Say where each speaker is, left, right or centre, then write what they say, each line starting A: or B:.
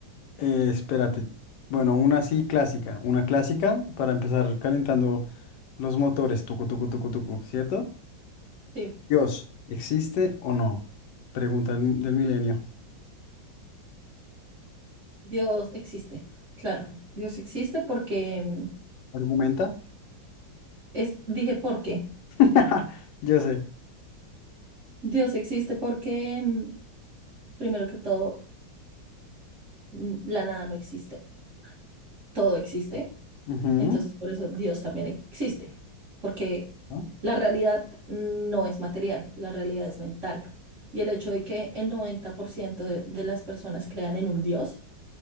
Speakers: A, on the left; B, on the right.
A: eh, espérate. Bueno, una así clásica, una clásica para empezar calentando los motores, tucu, tucu, tucu, tucu, ¿cierto?
B: Sí,
A: Dios, ¿existe o no? Pregunta del, del milenio.
B: Dios existe. Claro, Dios existe porque mm,
A: ¿Argumenta?
B: es, dije, ¿por qué?
A: <laughs> Yo sé.
B: Dios existe porque, mm, primero que todo, mm, la nada no existe. Todo existe.
A: Ujú.
B: Entonces, por eso Dios también existe. Porque
A: ¿no?
B: la realidad mm, no es material, la realidad es mental. Y el hecho de que el 90% de de las personas crean en un Dios